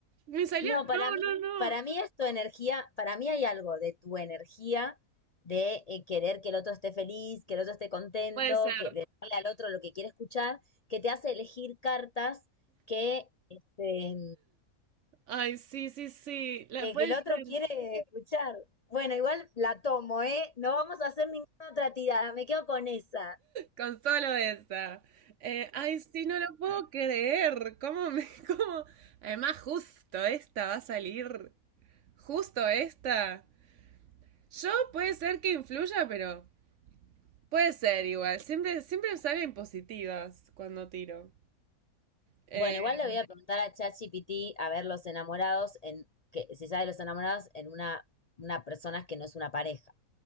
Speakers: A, on the right; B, on the left.
A: me salió.
B: No, para
A: No,
B: mí,
A: no,
B: para
A: no.
B: mí es tu energía, para mí hay algo de tu energía de eh, querer que el otro esté feliz, que el otro esté contento,
A: Puede ser.
B: que de darle al otro lo que quiere escuchar, que te hace elegir cartas que, este,
A: Ay, sí, sí, sí. La
B: que,
A: puede
B: que el otro
A: ser.
B: quiere escuchar. Bueno, igual la tomo, ¿eh? No vamos a hacer ninguna otra tirada, me quedo con esa.
A: Con solo esa. Eh, ay, sí, no lo puedo creer. ¿Cómo me, <laughs> cómo? Además, justo esta va a salir. Justo esta. Yo puede ser que influya, pero puede ser igual. Siempre, siempre salen positivas cuando tiro. Eh,
B: Bueno, igual le voy a preguntar a ChatGPT a ver los enamorados en, que se sabe los enamorados en una, una persona que no es una pareja.